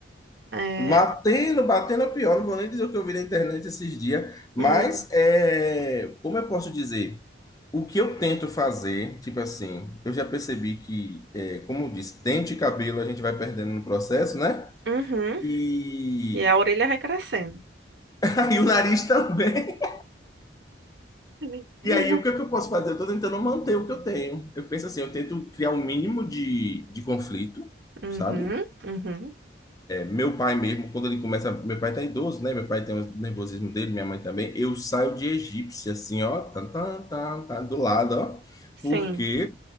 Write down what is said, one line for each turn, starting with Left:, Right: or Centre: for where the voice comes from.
Right: É,
Left: Batendo, batendo é pior, não vou nem dizer o que eu vi na internet esses dias, mas
Right: hum,
Left: é, como eu posso dizer? O que eu tento fazer, tipo assim, eu já percebi que, é, como eu disse, dente e cabelo a gente vai perdendo no processo, né?
Right: uhum,
Left: E
Right: e a orelha vai crescendo.
Left: <laughs> aí o nariz também.
Right: <laughs>
Left: E aí o que é que eu posso fazer? Eu tô tentando manter o que eu tenho. Eu penso assim, eu tento criar um mínimo de, de conflito,
Right: Uhum,
Left: sabe?
Right: uhum,
Left: Meu pai mesmo, quando ele começa, meu pai tá idoso, né? Meu pai tem o nervosismo dele, minha mãe também. Eu saio de egípcia, assim, ó, tá, tá, tá, tá, do lado, ó,
Right: sim.
Left: porque